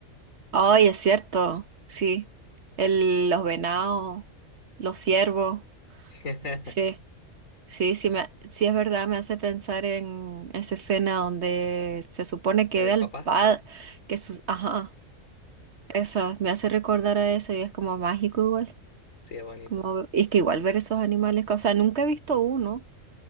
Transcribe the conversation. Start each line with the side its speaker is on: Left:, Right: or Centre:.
Right: Ay, es cierto, sí. El, los venados, los ciervos,
Left: <laughs>
Right: sí. Sí, sí, me, sí es verdad, me hace pensar en esa escena donde se supone que
Left: La del
Right: ve al
Left: papá.
Right: padre, que su, ajá, esa, me hace recordar a eso y es como mágico igual.
Left: Sí, es bonito.
Right: Como, y es que igual ver esos animales, o sea, nunca he visto uno,